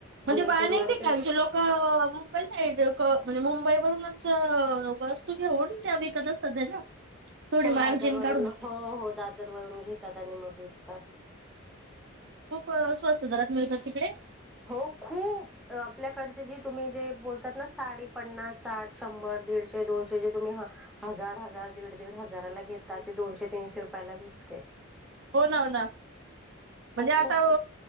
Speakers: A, on the right; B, in the centre.
A: म्हणजे
B: भुलेश्वर
A: अनेक
B: मार्केट
A: ठिकाणचे लोक मुंबई साईड म्हणजे. मुंबई वरूनच वस्तू घेऊन त्या विकत असतात त्या ना थोडी
B: हो
A: मार्जिन
B: दादरवरून
A: काढून
B: हो, हो, दादर वरून घेतात आणि मग विकतात
A: खूप स्वस्त दरात मिळतात तिकडे
B: हो खूप आपल्याकडचे जे तुम्ही जे बोलतात ना साडी पन्नास, साठ, शंभर, दीडशे, दोनशे जे तुम्ही ह हजार, हजार, दीड, दीड, हजाराला घेतात ते दोनशे, तीनशे रुपयाला भेटते
A: हो <inaudible> नाना म्हणजे
B: हो
A: आता
B: खूप